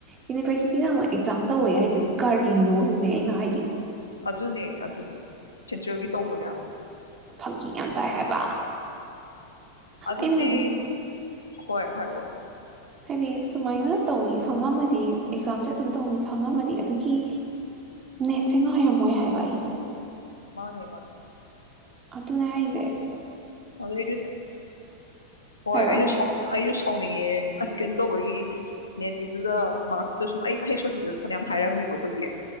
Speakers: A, on the right (about 25°); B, on the left (about 75°).
A: ꯌꯨꯅꯤꯚꯔꯁꯤꯇꯤꯅ ꯑꯃꯨꯛ ꯑꯦꯛꯖꯥꯝ ꯇꯧꯋꯦ ꯍꯥꯏꯁꯦ ꯀꯔꯤꯅꯣ ꯁꯤꯅꯦ ꯑꯩꯅ ꯍꯥꯏꯗꯤ
B: ꯑꯗꯨꯅꯦ ꯑꯗꯨꯅꯦ ꯁꯦꯟꯇ꯭ꯔꯦꯜꯒꯤ ꯇꯧꯕꯅꯦꯕ
A: ꯐꯥꯒꯤ ꯌꯥꯝ ꯇꯥꯏ ꯍꯥꯏꯕ
B: ꯑꯗꯨꯗꯤ
A: ꯑꯩꯅ ꯍꯥꯏꯗꯤ
B: ꯍꯣꯏ ꯍꯥꯏꯔ
A: ꯍꯥꯏꯗꯤ ꯁꯨꯃꯥꯏꯅ ꯇꯧꯅꯤ ꯈꯪꯉꯝꯃꯗꯤ ꯑꯦꯛꯖꯥꯝꯁꯦ ꯑꯗꯨꯝ ꯇꯧꯅꯤ ꯈꯪꯉꯝꯃꯗꯤ ꯑꯗꯨꯒꯤ ꯅꯦꯠꯁꯦ ꯉꯥꯏꯔꯝꯃꯣꯏ ꯍꯥꯏꯕ ꯑꯩꯗꯣ
B: ꯃꯥꯅꯦ ꯃꯥꯅꯦ
A: ꯑꯗꯨ ꯑꯗꯨ ꯅꯦ
B: ꯑꯗꯨ ꯑꯩꯁꯨ ꯍꯣꯏ
A: ꯍꯥꯏꯔꯛꯑꯣ
B: ꯑꯩꯁꯨ ꯁꯥꯎ ꯑꯩꯁꯨ ꯁꯥꯎꯅꯤꯡꯉꯦ ꯇꯧꯕꯒꯤ ꯅꯦꯠꯇꯤꯗꯨꯗ ꯃꯥꯔꯁꯇ ꯁꯨꯝ ꯑꯩ ꯍꯩ ꯁꯣꯤꯗꯨꯁꯨ ꯐꯅꯌꯥꯝ ꯍꯥꯏꯔꯝꯃꯦꯕ ꯑꯩꯈꯣꯏꯒꯤ